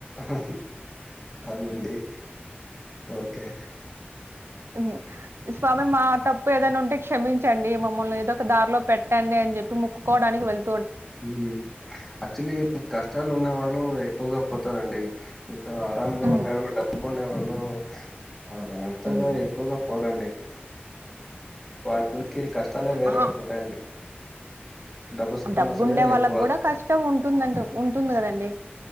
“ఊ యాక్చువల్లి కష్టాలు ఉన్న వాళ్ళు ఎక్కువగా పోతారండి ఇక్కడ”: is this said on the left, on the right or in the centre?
Centre